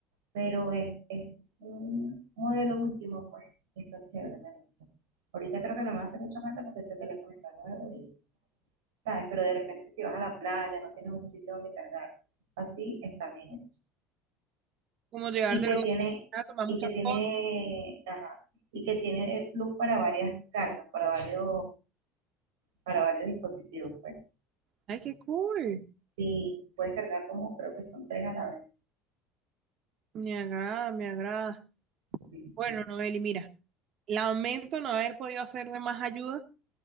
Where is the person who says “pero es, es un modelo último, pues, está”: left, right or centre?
Right